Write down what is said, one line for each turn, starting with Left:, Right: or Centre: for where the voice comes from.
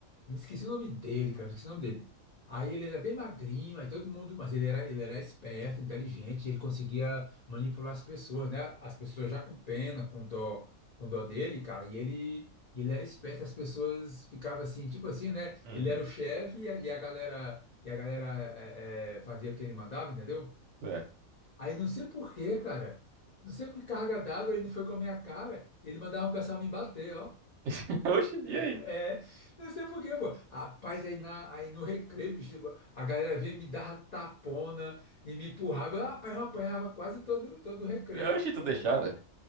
Left: Eu me esqueci o nome dele, cara, eu esqueci o nome dele. Aí ele era bem magrinho, aí todo mundo, mas ele era, ele era esperto, inteligente, e ele conseguia manipular as pessoas, né? As pessoas já com pena, com dó, com dó dele, cara, e ele, e ele era esperto, as pessoas ficavam assim, tipo assim, né?
Right: hum,
Left: Ele era o chefe e a, e a galera, e a galera é, é, fazia o que ele mandava, entendeu?
Right: certo.
Left: Aí não sei por quê, cara, não sei por que carga d'água ele não foi com a minha cara, ele mandava o pessoal me bater, ó.
Right: <laughs> Oxi, e aí?
Left: É, não sei por quê, pô. Rapaz, aí, na, aí no recreio, bicho, a galera vinha me dava tapona e me empurrava. Eu, Rapaz, eu apanhava quase todo, todo o recreio.
Right: Oxi,
Left: Porra.
Right: tu deixava?